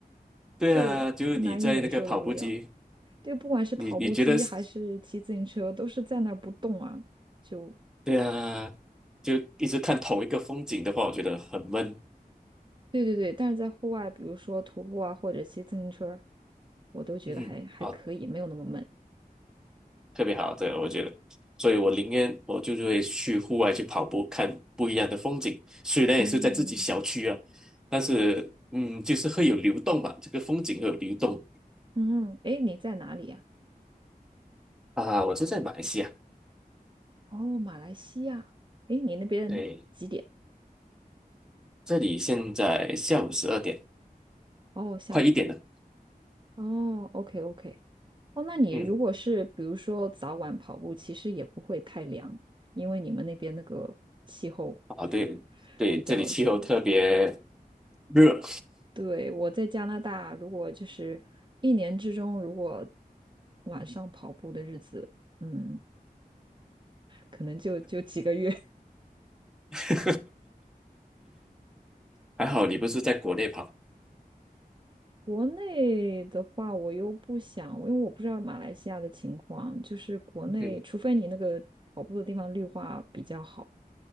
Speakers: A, in the centre; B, on the right.
A: 对啊，
B: 就难以忍受的无聊。
A: 就是你在那个跑步机，
B: 就不管是跑步机还是骑自行车，
A: 你你觉得是
B: 都是在那儿不动啊，就
A: 对啊，就一直看同一个风景的话，我觉得很闷。
B: 对对对。但是在户外，比如说徒步啊，或者骑自行车，我都觉得还还可以，
A: 嗯，好。
B: 没有那么闷。
A: 特别好，对，我觉得，所以我宁愿我就是会去户外去跑步，看不一样的风景。虽然也是在自己小区啊，
B: 嗯
A: 但是嗯，就是会有流动吧，这个风景会有流动
B: 嗯，哎，你在哪里呀？
A: 啊。我是在马来西亚，
B: 哦，马来西亚，诶，你那边几点？
A: 对，这里现在下午十二点，
B: 哦，下午。
A: 快一点了。
B: 哦，OK OK。哦，那你如果是比如说早晚跑步，
A: 嗯，
B: 其实也不会太凉，因为你们那边那个气候
A: 啊，对对，
B: <laughs> 比较比较。
A: 这里气候特别热，
B: 对，我在加拿大，如果就是一年之中，如果晚上跑步的日子，嗯，可能就就几个月。
A: <laughs> 还好你不是在国内跑。
B: 国内的话，我又不想，因为我不知道马来西亚的情况，就是国内，
A: 嗯
B: 除非你那个跑步的地方绿化比较好，